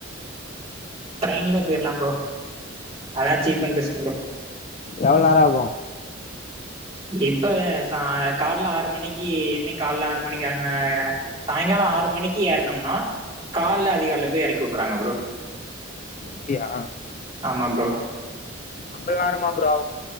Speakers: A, on the right (about 25°); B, on the left (about 35°).
A: ட்ரெயின்லே போய்ர்லா ப்ரோ அதா சீப் அண்ட் பெஸ்ட் ப்ரோ
B: எவ்ள் நேரோ ஆகு
A: இப்ப சா கால்ல ஆறு மணிக்கி இன்னைக் கால்ல ஆறு மணிக்கி ஆ அ சாயங்காலோ ஆறு மணிக்கி ஏறுனோம்னா கால்ல அதிகால்ல பேய் எறக்கி வுட்றாங்க ப்ரோ
B: அப்டியா
A: ஆமா ப்ரோ
B: அப்லா வருமா ப்ரோ